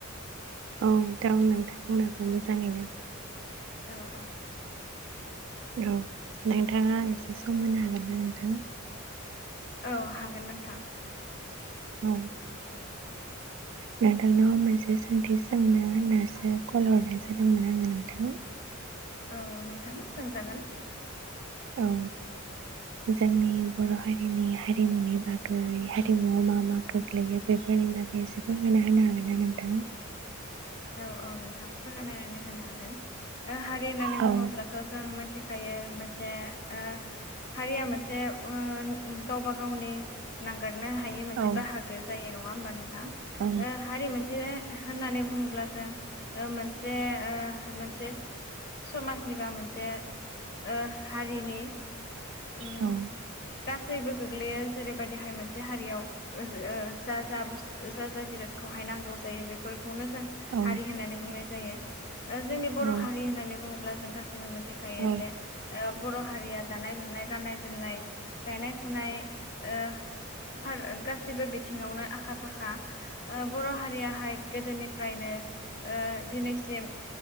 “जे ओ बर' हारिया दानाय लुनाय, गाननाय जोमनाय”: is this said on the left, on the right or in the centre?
Left